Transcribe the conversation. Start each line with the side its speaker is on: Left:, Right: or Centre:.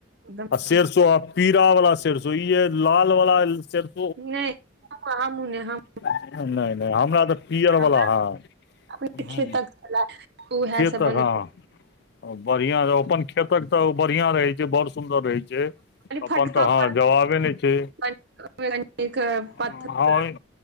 Right: एकदम
Left: आ सेरसो आ पीरा वाला सेरसो य लाल वाला सेरसो
Right: नहि आहँ मने हम
Left: नहि नहि हमरा त पीअर
Right: हमरा
Left: बला हँ
Right: अपने खेतक छले उएह
Left: जेक
Right: सब बने
Left: हँ बरिया अपन खेतक त बढ़िया रहे छै बड़ सुंन्दर रहै जे अपनत
Right: फटक
Left: हंँ
Right: पर
Left: जवाबे नहि छै
Right: कनिक पत्थर
Left: हँ हँ